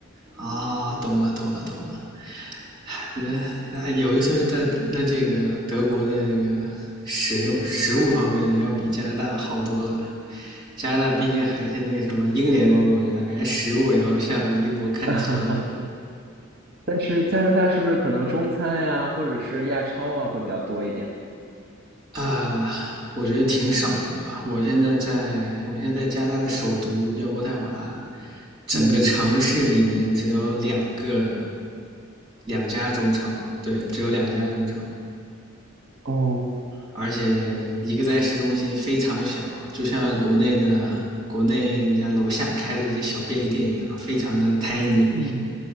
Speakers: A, on the right; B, on the right.
A: 啊，懂了懂了懂了。那那有一说一，在那这个德国的这个使用食物方面，要比加拿大好多了。加拿大毕竟还是那个什么英联邦国家，感觉食物也要向英国看齐了
B: <laughs> 但是加拿大是不是可能中餐呀、或者是亚超啊会比较多一点？
A: 啊、我觉得挺少的吧。我现在在，我现在在加拿大的首都叫渥太华，整个城市里面只有两个
B: 嗯，
A: 两家中超，对，只有两家中超。
B: 哦，
A: 而且一个在市中心非常小，就像国内的国内人家楼下开的一些小便利店一样，非常的 tiny。
B: 嗯